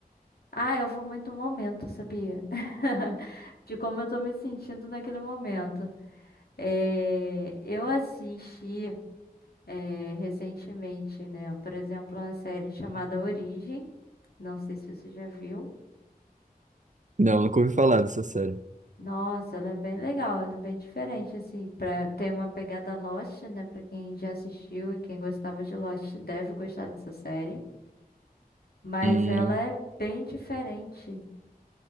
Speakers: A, on the left; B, on the right.
A: Ah, eu vou muito no momento, sabia? <laughs> De como eu tô me sentindo naquele momento. É, eu assisti é, recentemente, né, por exemplo, uma série chamada Origem. Não sei se você já viu.
B: Não, nunca ouvi falar dessa série.
A: Nossa, ela é bem legal, ela é bem diferente, assim, pra ter uma pegada Lost, né? Pra quem já assistiu e quem gostava de Lost deve gostar dessa série. Mas
B: Hum,
A: ela é bem diferente.